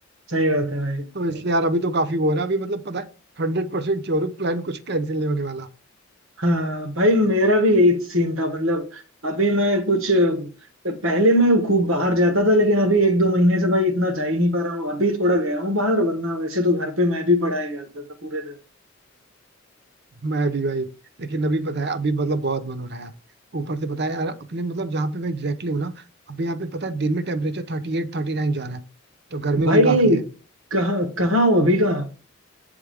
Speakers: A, on the right (about 85°); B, on the right (about 55°).
A: सही बात है भाई
B: तो इसलिए यार अभी तो काफी वो हो रहा है अभी मतलब पता है हंड्रेड परसेंट श्योर हूँ प्लान कुछ कैंसिल नहीं होने वाला
A: हाँ भाई मेरा भी यही सीन था मतलब अभी मैं कुछ पहले मैं खूब बाहर जाता था लेकिन अभी एक दो महीने से भाई इतना जा ही नहीं पा रहा हूँ अभी थोड़ा गया हूँ बाहर वरना वैसे तो घर पे मैं भी पढ़ाई करता था पूरे दिन
B: मैं भी भाई लेकिन अभी पता है अभी मतलब बहुत मन हो रहा है यार ऊपर से पता है यार अपने मतलब जहाँ पे मैं एग्जैक्टली हूँ ना अभी यहाँ पे पता है दिन में temperature thirty eight thirty nine जा रहा है तो गर्मी
A: भाई
B: भी काफी है
A: कहाँ कहाँ हो अभी कहाँ हो?